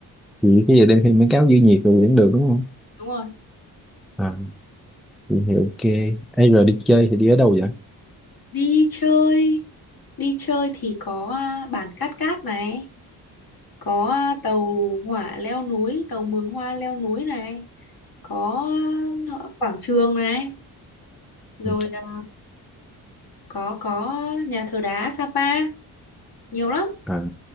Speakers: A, in the centre; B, on the left.
A: Vậy cái gì đem thêm mấy cáo giữ nhiệt rồi cũng được đúng không
B: Đúng rồi.
A: à, Nhìn thì ok. Ê, rồi đi chơi thì đi ở đâu vậy?
B: Đi chơi, đi chơi thì có à, bản cát cát này, có à, tàu hỏa leo núi, tàu mường hoa leo núi này, có à, quảng trường này, rồi
A: Ừ.
B: à, có có nhà thờ đá Sapa, nhiều lắm.
A: À,